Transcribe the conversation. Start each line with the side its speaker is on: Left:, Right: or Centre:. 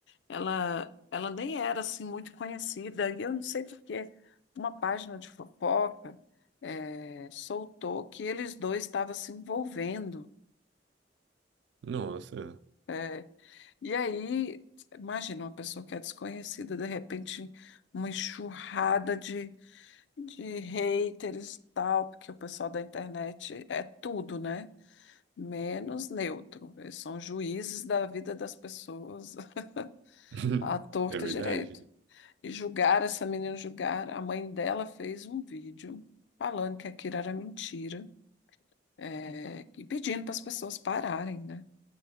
Left: Ela, ela nem era assim muito conhecida, e eu não sei por quê. Uma página de fofoca eh, soltou que eles dois estavam se envolvendo.
Right: Nossa,
Left: eh, E aí, imagina uma pessoa que é desconhecida, de repente, uma enxurrada de, de haters e tal, porque o pessoal da internet é tudo, né? Menos neutro. Eles são juízes da vida das pessoas <laughs>
Right: <laughs>
Left: à torta
Right: é verdade.
Left: e direito. E julgaram essa menina, julgaram. A mãe dela fez um vídeo falando que aquilo era mentira, é, e pedindo para as pessoas pararem, né?